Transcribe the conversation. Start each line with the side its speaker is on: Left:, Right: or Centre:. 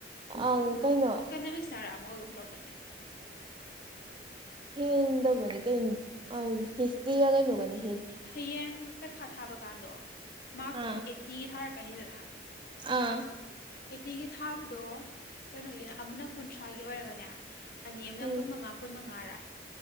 Right: ꯑꯪ ꯀꯩꯅꯣ
Left: ꯏꯀꯅꯃꯤꯛꯁ ꯅꯔꯛ ꯑꯃ ꯑꯣꯏꯒꯨꯝ ꯇꯧꯕꯅꯦ
Right: ꯍꯦꯟꯗꯕ ꯀꯩꯅ ꯍꯤꯁꯇ꯭ꯔꯤ ꯌꯥ ꯀꯩꯅꯧꯒꯅꯤ
Left: ꯍꯌꯦꯡ ꯄꯩꯈꯥ ꯊꯥꯕ ꯀꯥꯟꯗꯣ ꯃꯥꯔꯛꯇꯣ
Right: ꯑꯥ
Left: ꯑꯩꯠꯇꯤꯒꯤ ꯊꯥꯔꯛꯀꯅꯤꯗꯅ
Right: ꯑꯥ
Left: ꯑꯦꯠꯇꯤꯒꯤ ꯊꯥꯕꯗꯣ ꯀꯩꯅꯣꯒꯤ ꯑꯃꯅ ꯀꯨꯟꯊ꯭ꯔꯥꯒꯤ ꯑꯣꯏꯔꯒꯅꯦ ꯑꯅꯤ ꯑꯃꯅ
Right: ꯎꯝ
Left: ꯀꯨꯟ ꯃꯉꯥ ꯀꯨꯟ ꯃꯉꯥ ꯃꯉꯥꯔꯥ